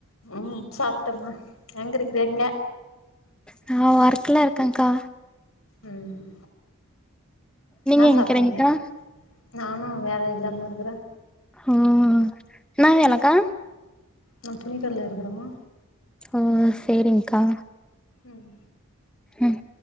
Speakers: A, on the left; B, in the centre.
A: ம் சாப்ட்டம்மா எங்க இருக்றீங்க
B: நா ஒர்க்கல இருக்கேன்க்கா
A: ம் என்னா
B: நீங்க எங்கிறீங்க்கா
A: சாப்ட்டீங்க நானு வேல இல்லாம இருக்குறே
B: ஆ என்னா வேலக்கா
A: நா துணிக்கட்ல இருக்குறம்மா
B: அ சேரிங்க்கா
A: ம்
B: ம்